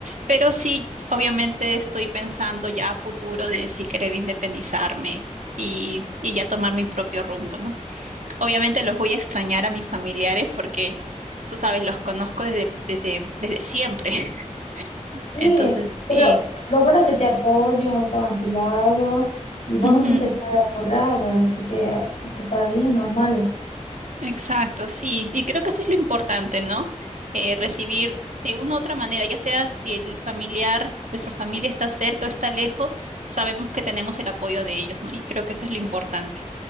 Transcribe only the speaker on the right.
pero sí, obviamente estoy pensando ya a futuro de si querer independizarme y, y ya tomar mi propio rumbo, ¿no? Obviamente los voy a extrañar a mis familiares porque, tú sabes, los conozco desde, desde, desde siempre, <laughs>
entonces sí.
Ujú.
Exacto, sí. Y creo que eso es lo importante, ¿no? Eh, recibir de una u otra manera, ya sea si el familiar, nuestra familia está cerca o está lejos, sabemos que tenemos el apoyo de ellos, ¿no? Y creo que eso es lo importante.